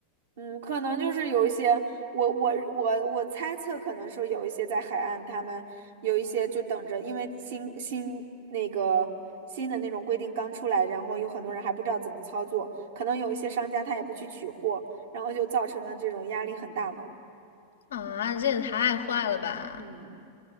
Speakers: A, on the right (about 60°); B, on the left (about 65°).
A: 嗯，可能就是有一些，我我我我猜测，可能说有一些在海岸，他们有一些就等着，因为新新那个新的那种规定刚出来，然后有很多人还不知道怎么操作，可能有一些商家他也不去取货，然后就造成了这种压力很大嘛。
B: 啊，这也太坏了吧！
A: 嗯，